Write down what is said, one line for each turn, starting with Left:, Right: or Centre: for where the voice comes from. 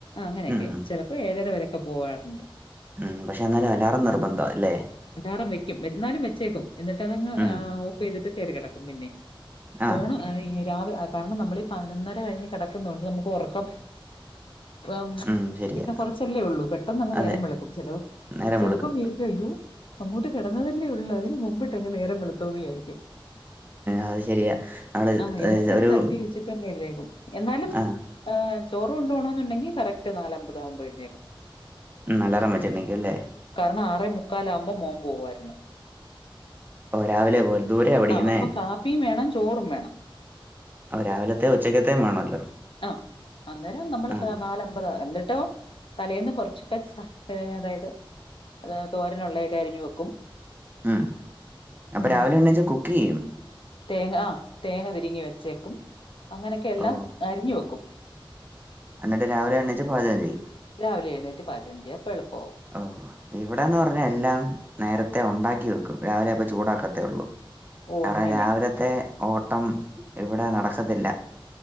Left: അങ്ങനെയെക്കെ
Right: ഉം
Left: ചെല ഇപ്പൊ ഏഴ് അര വരെ ഒക്കെ പോകാവാന്നു
Right: ഉംഹ് പക്ഷേ എന്നാലും അലാറം നിർബന്ധാ എല്ലേ
Left: അലാറം വെക്കും എന്നാലും വെച്ചേക്കും എന്നിട്ട് അതങ്ങ്
Right: ഉം
Left: ഓഫ് ചെയ്തിട്ട് കേറി കെടക്കും പിന്നെയെ
Right: ആഹ്
Left: ഫോണ് രാവി കരണം നമ്മള് ഈ പതിനൊന്നര കഴിഞ്ഞ് കെടക്കുന്നൊണ്ട് നമുക്ക് ഉറക്കം ആഹ്
Right: ഉം ശരിയാ
Left: പിന്നെ കൊറച്ചല്ലേ ഉള്ളൂ പെട്ടെന്ന് അങ്ങ്
Right: അതെ
Left: നേരം വെളുക്കും ചെല
Right: നേരം
Left: ചെലപോ
Right: വെളുക്കും
Left: വീ അയ്യോ അങ്ങോട്ട് കെടന്നതല്ലേ ഒള്ളു അതിന് മുമ്പിട്ട് അങ്ങ് നേരം വെളുത്തോന്ന് വിചാരിക്കും
Right: അത് ശരിയാ നമ്മള്
Left: ആഹ് എന്നിട്ട്
Right: ഏഹ്
Left: അത്
Right: ഒരു
Left: തട്ടി വെച്ചിട്ട് അങ്ങ് എഴുന്നേക്കും എന്നാലും
Right: ആഹ്
Left: ആഹ് ചോറ് കൊണ്ടു പോണയെന്നുണ്ടെങ്കി കറക്റ്റ് നാല് അമ്പത് ആകുമ്പം എഴുന്നേക്കും
Right: അലാറം വെച്ച് എണീക്കും അല്ലേ?
Left: കാരണം ആറേ മുക്കാലാവകുമ്പോ മോൻ പോവായിരുന്നു
Right: ഓ രാവിലെ ഒരു ദൂരെയ പഠിക്കുന്നുന്നത്
Left: ആഹ് അപ്പൊ കാപ്പിയും വേണം ചോറും വേണം
Right: രാവിലത്തെയ ഉച്ചക്കത്തെയ വേണല്ലോ
Left: ആഹ് അന്നേരം നമ്മൾ
Right: ആഹ്
Left: നാലമ്പത് എന്ട്ടോ തലേന്ന് കുറച്ചൊക്കെ പൈസ അതായത് തോരന ഉള്ളയൊക്കെ അരിഞ്ഞഞ് വെക്കും.
Right: ഉം അപ്പൊ
Left: ഉം
Right: രാവിലെ എണെച്ചാൽ കുക്ക് ചെയ്യും
Left: തേങ്ങ ആ തേങ്ങ തിരിങ്ങി വെച്ചേക്കും അങ്ങനെയൊക്കെ എല്ലാം
Right: ഓ
Left: അരിഞ്ഞു വെക്കും
Right: എന്നിട്ട് രാവില എണച്ച് പാജകം ചെയ്യും
Left: രാവിലെ എഴുന്നേറ്റ പാചകം ചെയ്യും അപ്പോ എളുപ്പവും
Right: ഓ ഇവിടെന്ന് പറഞ്ഞാ എല്ലാം നേരത്തെ ഉണ്ടാക്കി വെക്കും രാവിലെ അപ്പ ചൂടാക്കത്തേ ഉള്ളൂ
Left: ഓ
Right: കാരണം
Left: അങ്ങനെ
Right: രാവിലത്തെ ഓട്ടം ഇവിടെ നടക്കത്തില്ല